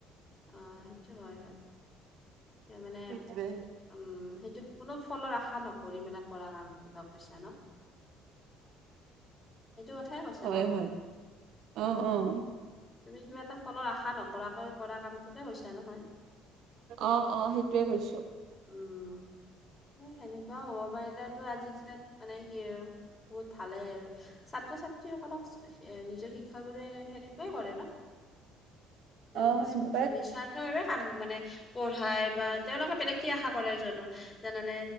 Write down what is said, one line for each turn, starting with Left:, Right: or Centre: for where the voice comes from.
Left: আহ সেইটো হয়, হয়, তাৰমানে
Right: সেইটোৱে
Left: উম, সেইটো কোনো ফলৰ আশা নকৰি পেলাই কৰা কাম টকা পইচা ন। সেইটো কথাই কৈছা
Right: হয়
Left: ন।
Right: হয় অ', অ'।
Left: তুমি কিবা এটা ফলৰ আশা নকৰাকৈ কৰা কামটো কে কৈছা নহয়।
Right: অ' অ' সেইটোয়ে কৈছোঁ।
Left: উম, সেনেকুৱা হ'ব পাৰিলে তোৰ আজিৰ দিনত মানে কি আৰু বহুত ভালেই আৰু ছাত্ৰ ছাত্ৰীসকলক নিজৰ শিক্ষাগুৰুৰে সেনেকুৱাই কৰে ন
Right: অ'
Left: নিচ
Right: সেইনো
Left: মানে নিস্বাৰ্থ ভাৱে কাম মানে পঢ়ায় বা তেওঁলোকে বেলেগ কি আশা কৰে জানোঁ জানানে